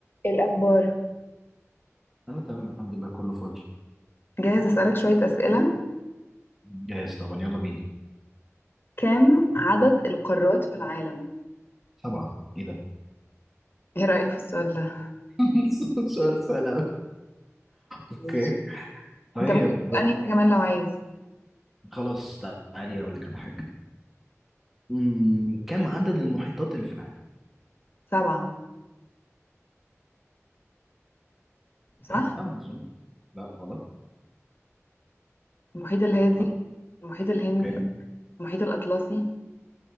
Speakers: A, on the left (about 45°); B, in the centre.
A: إيه الأخبار؟
B: انا تمام الحمد لله كله فل
A: جاهز أسألك شوية أسئلة
B: جاهز طبعا يلا بينا
A: كم عدد القارات في العالم؟
B: سبعة ايه ده
A: إيه رأيك في السؤال ده؟
B: <laughs> سؤال سهل أوي. اوكي
A: ماشي
B: طيب
A: أنت ممكن تسألني أنت كمان لو عايز
B: خلاص تعالي اقول لك على حاجة أمم، كم عدد المحيطات اللي في العالم؟
A: سبعة صح؟
B: لا ما اظن لا غلط
A: المحيط الهادي
B: غلط
A: المحيط الهندي
B: اوكي
A: المحيط الأطلسي